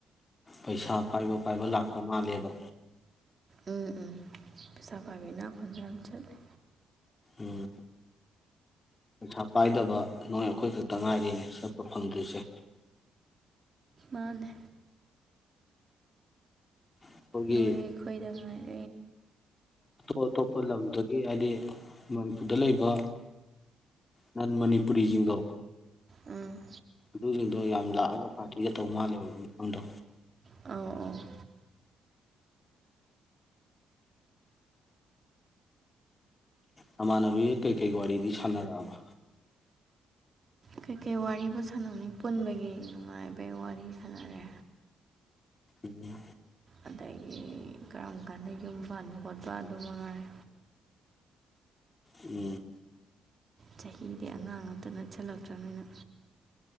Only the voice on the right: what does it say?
ꯎꯝ ꯎꯝ ꯄꯩꯁꯥꯄꯥꯏꯕ ꯏꯅ ꯈꯨꯟꯕ ꯌꯥꯝ ꯆꯠꯂꯤ
ꯃꯥꯅꯦ
ꯅꯣꯏ ꯑꯩꯈꯣꯏꯗꯉꯥꯏꯔꯦ
ꯎꯝ
ꯑꯧ ꯑꯧ
ꯀꯩꯀꯩ ꯋꯥꯔꯤꯕꯨ ꯁꯥꯟꯅꯅꯤ ꯄꯨꯟꯕꯒꯤ ꯅꯨꯡꯉꯥꯏꯕꯩ ꯋꯥꯔꯤ ꯁꯥꯟꯅꯔꯦ
ꯑꯗꯒꯤ ꯀꯔꯝ ꯀꯥꯟꯗ ꯌꯨꯝ ꯄꯥꯟꯕ ꯈꯣꯠꯄ ꯑꯗꯨ ꯃꯉꯥꯏ
ꯆꯍꯤꯗꯤ ꯑꯉꯥꯡ ꯑꯝꯇ ꯅꯠꯁꯜꯂꯛꯇ꯭ꯔꯃꯤꯅ